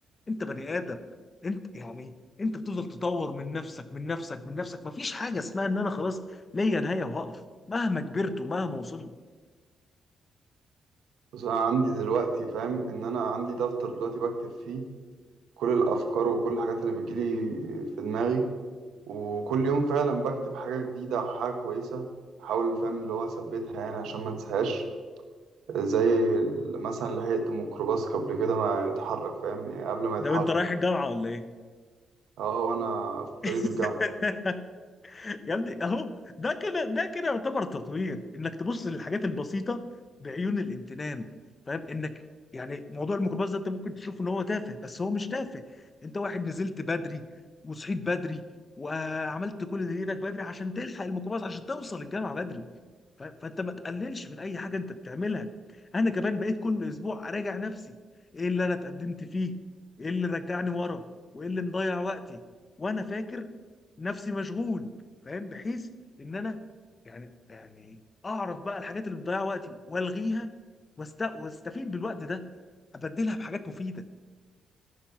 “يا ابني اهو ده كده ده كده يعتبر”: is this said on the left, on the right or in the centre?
Left